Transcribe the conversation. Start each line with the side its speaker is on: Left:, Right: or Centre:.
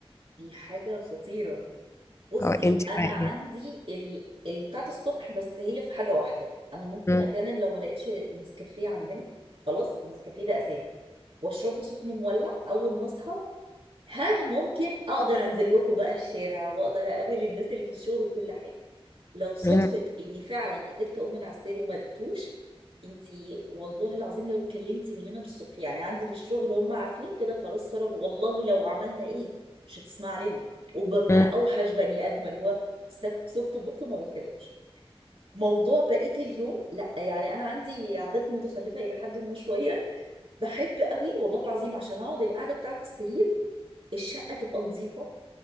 Right: دي حاجة خطيرة بصي
Left: اه انت
Right: انا
Left: بقى ايه
Right: عندي ال... ال- بتاعت الصبح بس هي في حاجة واحدة انا ممكن
Left: مم،
Right: اجنن لو ما لقيتش نسكافيه عندنا خلاص نسكافيه ده اساسي واشربه سخن مولع اول ما اصحى ها ممكن اقدر انزل لكم بقى الشارع واقدر اقابل الناس اللي في الشغل وكل حاجة لو صدفة
Left: مم،
Right: اني فعلا قدرت اقوم من على السرير وما لقيتوش انتي والله العظيم لو اتكلمتي من هنا للصبح يعني عندي في الشغل هم عارفين كده خلاص سارة والله لو عملنا ايه مش هتسمع لنا وببقى
Left: مم.
Right: اوحش بني ادمه اللي هو سب- سكت بكت وما بتكلمش موضوع بقية اليوم لا يعني انا عندي عادات متخلفة الى حد ما شوية بحب قوي والله العظيم عشان اقعد القعدة بتاعت السرير الشقة تبقى نظيفة